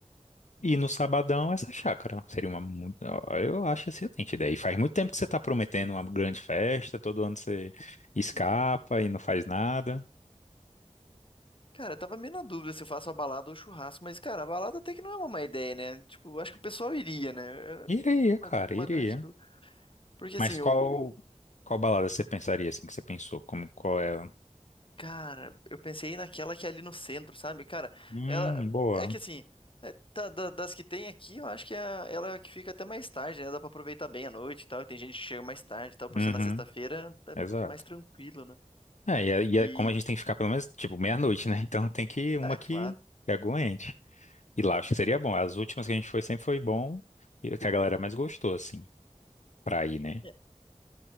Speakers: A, on the left; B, on the left.
A: uhum,
B: E no sabadão, essa chácara. Seria uma. mu- ó, Eu acho excelente ideia. E faz muito tempo que você está prometendo uma grande festa, todo ano você escapa
A: uhum.
B: e não faz nada.
A: Cara, eu tava meio na dúvida se eu faço a balada ou o churrasco, mas, cara, a balada até que não é uma má ideia, né? Tipo, eu acho que o pessoal iria, né? É
B: Iria, cara,
A: Uma, uma
B: iria.
A: grande dúvida. Porque assim,
B: Mas qual,
A: o,
B: qual balada você pensaria assim que você pensou? Como, qual é? a-
A: Cara, eu pensei naquela que é ali no centro, sabe? Cara,
B: Hum,
A: ela.
B: boa.
A: É que assim, é, da- da- das que tem aqui, eu acho que é a- ela é a que fica até mais tarde, né? Dá pra aproveitar bem a noite e tal. E tem gente que chega mais tarde e tal. Por
B: Uhum,
A: ser na sexta-feira, é
B: exato.
A: mais tranquilo, né?
B: É, e é, e
A: E.
B: é como a gente tem que ficar pelo menos, tipo, meia-noite, né? <laughs> Então tem que uma
A: É,
B: que
A: claro.
B: que aguente. E
A: Uhum.
B: lá acho que seria bom. As últimas que a gente foi sempre foi bom e o que a galera mais gostou, assim, pra ir, né?
A: É,